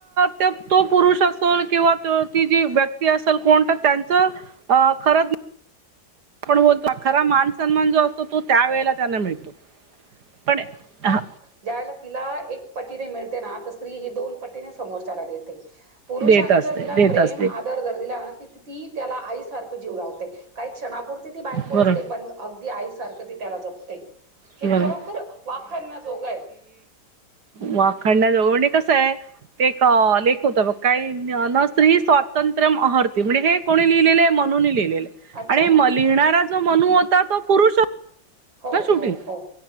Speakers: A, on the right; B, on the right.
A: त्यो तो पुरुष अस तो किंवा त्यो ती जी व्यक्ती असलं कोण तर त्यांच आ खरं आपण बोलतो खरा मान सन्मान जो असतो तो त्या वेळेला त्यांना मिळतो पण ह
B: ज्या वेळेला तिला एक पटीने मिळते ना तर स्त्री ही दोन पटीने समोरच्याला देते. पुरुषाने
A: देत असते
B: जर तिला
A: देत
B: प्रेम
A: असते
B: आदर- - जर दीला ती ती त्याला आईसारख जीव लावते काही क्षणापुरती ती बायको
A: बरं
B: असते पण अगदी आईसारखं ती त्याला जपते हे
A: बरं
B: खरोखर वाखाणण्या जोग आहे.
A: वाखाणण्याजोग आणि कसाय ते का लेख होत बघ काही न स्त्री स्वा तंत्र्यम अहर्ती म्हणजे हे कोणी लिहिलेले आहे म्हणून लिहिले आहे मनूने लिहलेल आहे
B: अच्छा
A: आणि
B: हां
A: लिहिणारच जो मणू होता तो पुरुष
B: हो
A: न शेवटी
B: हो हो